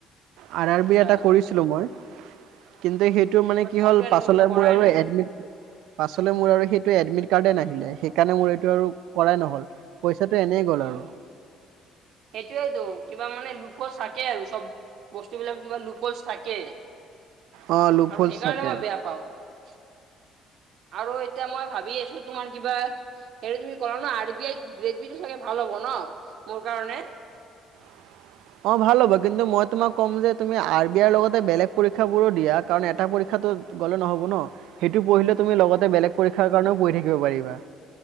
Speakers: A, on the right; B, on the right.
A: আৰ আৰ
B: আচ্ছা
A: বি এটা কৰিছিলো মই কিন্তু সেই সটো মানে
B: বাট
A: কি
B: মইতো
A: হ'ল
B: এনেকুৱা
A: পাছ
B: কিবা কৰাই
A: মোৰ আৰু
B: নাই
A: এডমিট পাছ মোৰ আৰু সেইটো এডমিট কাৰ্ডে নাহিলে সেইকাৰে মোৰটো কৰাই নহল এনেই গ'ল
B: অ',
A: আৰু
B: সেইটোৱেইতো কিবা মানে লোফো চাকে আৰু। চব বস্তুবিলাক কিবা নোপলচ থাকে
A: অ লোফলচ
B: আৰু সেইকাৰণে
A: থাকে
B: মই বেয়া পাওঁ। <unintelligible> আৰু এতিয়া মই ভাবি আছো তোমাৰ কিবা সে তুমি ক ন আৰ বি আই গ্ৰেড বিটো চাগে ভাল হব ন মোৰ কাৰণে
A: <unintelligible> অ', ভাল হ'ব কিন্তু মই তোমাক কম যে তুমি আৰ বি আৰৰ লগতে বেলেগ পৰীক্ষা বোৰো দিয়া কাৰণ এটা পৰীক্ষা গলে নহ'ব ন সেইটো পঢ়িলে তুমি লগতে
B: অ
A: বেলেগ পৰীক্ষাৰ কাৰণেও পঢ়ি থাকিব পাৰিবা।